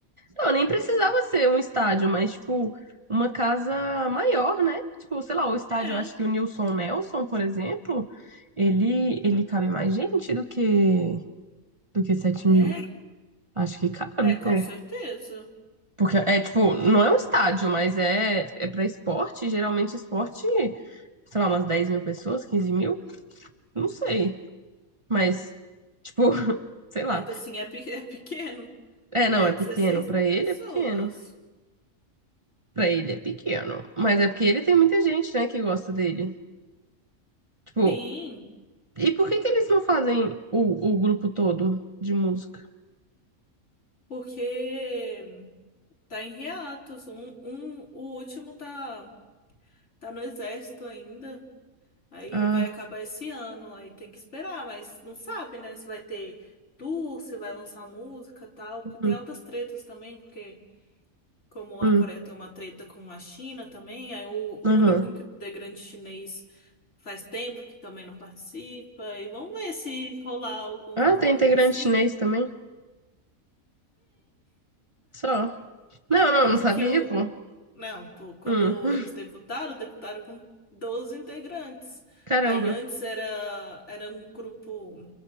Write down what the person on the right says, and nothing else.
Não, nem precisava ser um estádio, mas, tipo, uma casa maior, né? Tipo, sei lá, o estádio,
eu acho que o Nilson Nelson, por exemplo, ele, ele cabe mais gente do que, do que sete
mil. Acho que cabe,
pô.
Porque é, tipo, não é um estádio, mas é, é pra esporte. Geralmente, esporte, sei lá, umas 10 mil pessoas, 15 mil, não sei. Mas, tipo, <laughs> sei lá.
É,
não, é
pequeno. Pra
ele
é pequeno. Pra ele é pequeno. Mas é porque ele tem muita gente, né, que gosta dele. Tipo,
e por que que eles não fazem o, o grupo todo de música?
Ah,
hum,
hum,
aham.
Ah,
tem integrante
chinês também? Só. Não, não,
não
sabia,
pô.
Hum, <laughs>
caramba.